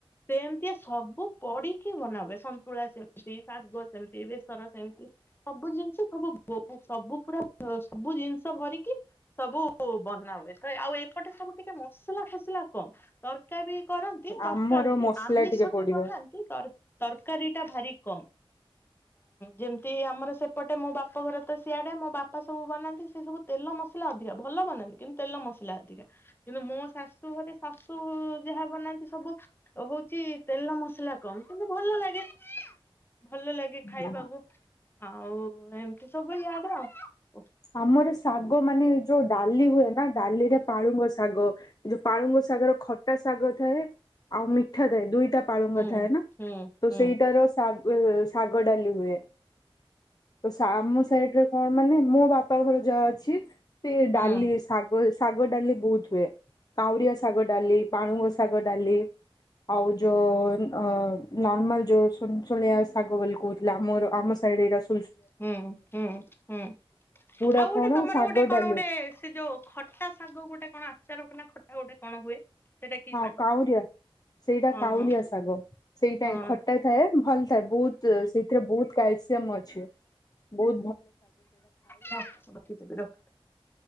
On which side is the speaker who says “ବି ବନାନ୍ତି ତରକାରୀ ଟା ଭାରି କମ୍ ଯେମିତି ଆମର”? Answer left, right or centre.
Left